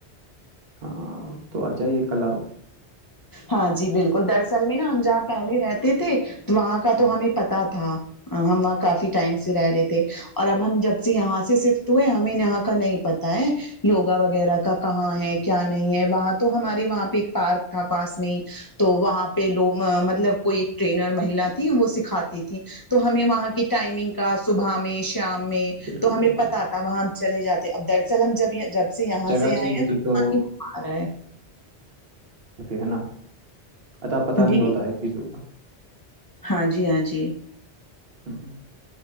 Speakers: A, on the right; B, on the left.
A: ہاں تو آ جائیے کل آپ
B: ہاں جی بالکل دراصل میں نا ہم جہاں پہلے رہتے تھے وہاں کا
A: ہ
B: تو ہمیں پتہ تھا ہم وہاں کافی ٹائم سے رہ رہے تھے اور اب ہم جب سے یہاں سے شفٹ ہوئے ہمیں یہاں کا نہیں پتا ہے یوگا وغیرہ کا کہاں ہے کیا نہیں ہے وہاں تو ہمارے وہاں پہ ایک پارک تھا پاس میں تو وہاں پہ لوگ مطلب کوئی ایک ٹرینر میلا تھی وہ سکھاتی تھھی تو ہمیں وہاں کی ٹائمنگ کا صبح میں شام میں
A: بالکل
B: تو ہمیں
A: بالکل
B: پتہ آتا وہاں ہم چلے جاتے اب دراصل ہم جب جب سے یہاں
A: جگہ
B: سے
A: چینج
B: آئے ہیں
A: ہوتی
B: توانی
A: تو
B: ہو پا رہا ہے
A: کرتے ہیں نا اتا پتہ نہیں
B: جی
A: ہوتا ہے چیزوں کا
B: ہاں جی ہاں جی
A: ہوں